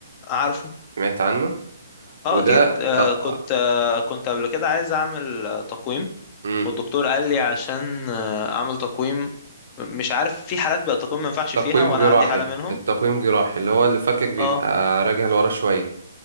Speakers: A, on the left (about 25°); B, on the right (about 70°).
A: عارفه
B: سمعت عنه
A: اه
B: وده
A: اكيد آه،
B: اه
A: كنت آه، كنت قبل كده عايز اعمل آه، تقويم
B: امم.
A: والدكتور قال لي عشان آه، اعمل تقويم مش عارف في حالات بقى التقويم ما ينفعش
B: تقويم
A: فيها وانا
B: جراحي
A: عندي حالة منهم
B: التقويم جراحي اللي هو اللي فكك بيبقى
A: اه
B: راجع لورا شوية